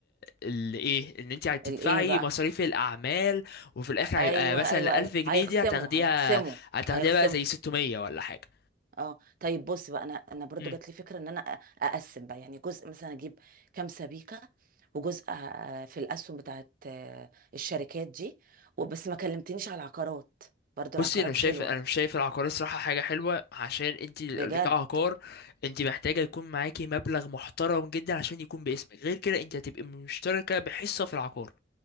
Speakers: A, on the left (about 55°); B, on the right (about 50°).
A: اللي ايه ان انت هتدفعي
B: الايه بقى
A: مصاريف الاعمال وفي الاخر
B: ايوه
A: هيبقى مثلا
B: ايوه ايوه
A: 1000 جنيه
B: هيخصموا
A: دي هتاخديها
B: هيخصموا
A: هتاخديها
B: هيخصموا
A: بقى زي 600 ولا حاجه
B: اه طيب بص بقى انا انا برضو
A: امم
B: جات لي فكره ان انا أ- اقسم بقى يعني جزء مثلا اجيب كام سبيكه وجزء آه، في الاسهم بتاعت آه، الشركات دي وبس ما كلمتنيش على العقارات برضو العقارات
A: بصي انا مش
B: حلوه
A: شايف انا مش شايف العقار الصراحه حاجه حلوه عشان انت
B: بجد
A: كعقار انت محتاجه يكون معاكي مبلغ محترم جدا عشان يكون باسمك غير كده انت هتبقي مشتركه بحصه في العقار